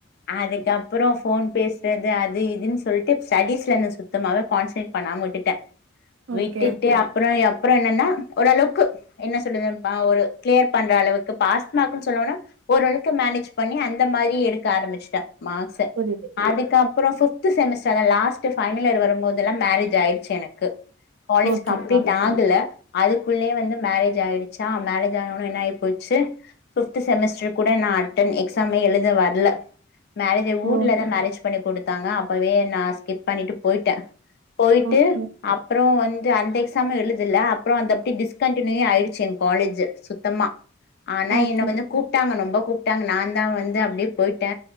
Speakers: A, on the left; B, on the right.
A: அதுக்கப்புறோ ஃபோன் பேசுறது அது இதுன் சொல்ட்டு ஸ்டடீஸ்ல சுத்தமாவே கான்சன் பண்ணாம விட்டுட்ட
B: ஓகே
A: விட்டுட்டு அப்பறோ எப் ப்பறோ என்னன்னா ஓரளவுக்கு என்ன சொல்லுது ப ஒரு க்ளியர் பண்ற அளவுக்கு பாஸ் மார்க்குன் சொல்லவேனா ஓரளவுக்கு மேனேஜ் பண்ணி அந்த மாரி எடுக்க ஆரம்பிச்ட்ட மார்க்ஸ்ஸ
B: புரியுது
A: அதுக்கப்றோ ஃபிஃப் த்து செமெஸ்ட்ரு அதா லாஸ்ட்டு ஃபைனல் இயர் வரும்போது தெல்லா மேரேஜ் ஆயிடுச்சு எனக்கு காலேஜ்
B: ஓகேக்கா
A: கம்ப்லீட் ஆகல அதுக்குள்யே வந்து மேரேஜ் ஆயிடுச்சா மேரேஜ் ஆன ஒனே என்னாயி போச்சு ஃபிஃப்த்து செமிஸ்டர் கூட நா அட்டன் எக்ஸாமே எழுத வர்ல மேரேஜ் ஆய்
B: ஓ
A: ஊர்ல தா மேரேஜ் பண்ணி குடுத்தாங்க அப்பவே நா ஸ்கிப் பண்ணிட்டு போய்ட்ட போய்ட்டு
B: ஓகே
A: அப்றோ வந் து அந்த எக்ஸாம்யு எழுதல அப்றோ அந்த அப்டி டிஸ்கண்டினியூயே ஆயிடுச்சு எங் காலேஜு சுத்தமா ஆனா
B: ஓகே
A: என்ன வந்து கூப்ட்டாங்க னொம்பொ கூப்ட்டாங்க நா தா வந்து அப்டே போய்ட்ட